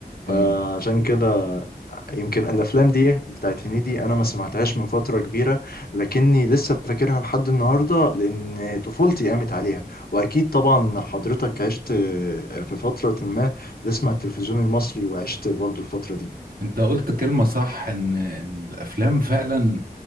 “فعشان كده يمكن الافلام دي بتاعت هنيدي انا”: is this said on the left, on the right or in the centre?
Left